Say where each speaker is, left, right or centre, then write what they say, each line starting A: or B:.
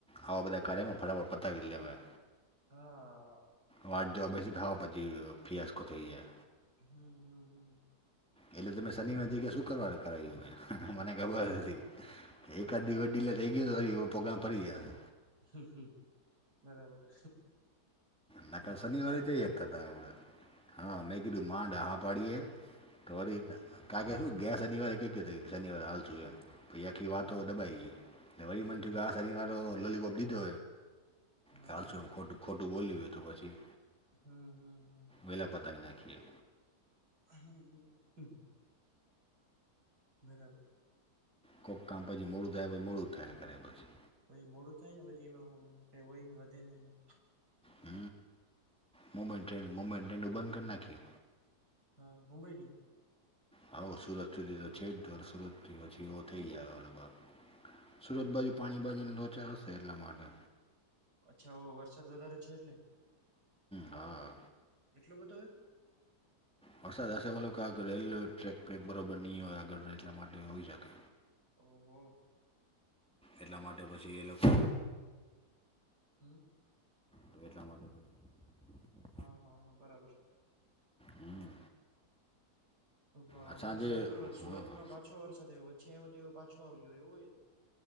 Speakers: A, in the centre; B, on the right.
A: હવા બધા કાર્યમાં ફટાફટ પતાવી લેવા.
B: હા
A: વાજ જો બેસી
B: હા
A: થાવ પછી ફિયાઆસકો થઈ જાય.
B: હમ, હમ, હમ.
A: એટલે તમે શનિવાર જ કેયા, શુક્રવારે કરાવા મે? ખબર
B: હા
A: નથી હતી
B: હા
A: કે એકાધી
B: હા
A: વડીલ થઇ ગયો, પ્રોગ્રામ ફરી ગયા છે.
B: હ, બરાબર.
A: ના, કે
B: આમ
A: શનિવારે
B: ન હોય
A: જઈ
B: યાર
A: શકતા હતા આપડે. હા, મેં કીધું, માંડી પાડીએ. તો વરી કા કે શું, ગયા શનિવારે કઈ કયું? શનિવારે હાલ થું એમ? ભાઈ, આખી વાતો
B: હમ
A: દબાઈ ગઈ અને વરી મન થયું કે આ સાવ લોલીપોપ દીધો.
B: હમ
A: ચાલશું, એમ ખોટું-ખોટું બોલ્યું હોય તો પછી.
B: હમ, હમ, હમ.
A: વેલા પતાવી નાખીએ.
B: હમ, હ. બરાબર.
A: કોઈક કામ પછી મોડું થાય, પછી મોડું થાય, ખરે પછી.
B: પછી મોડું થાય ને, પછી એમાં ક હોય ને વધે નહીં?
A: હ, મોબાઈલ ટ્રેન્ડ, મોબાઈલ ટ્રેન્ડ બંધ કરી નાખીએ.
B: હા, મુંબઈ નહીં.
A: હા, સુરત સુધી તો છે જ, તો સુરતથી પછી એવો થઈ
B: કેમ
A: જાય. સુરત બાજુ પાણી બાજુની લોચા હશે, એટલા માટે.
B: અચ્છા, વરસાદ વધારે છે એટલે.
A: હા.
B: એટલો બધો હોય.
A: વરસાદ હશે, વાલો ક આંક રેલવે ટ્રેક પ્રેક બરાબર નહીં હોય આગળ, એટલા માટે હોઈ શકે.
B: ઓહ.
A: એટલા માટે પછી એ લોકો.
B: હમ.
A: તો એટલા માટે પછી.
B: હા, હા, હા, બરાબર.
A: હમ.
B: હવે
A: આ સાંજે
B: સાંભળ્યું
A: હા
B: સુરત માં પાછો વરસાદ આવ્યો, પછી એ પાછો આવી ગયો એવું હોય.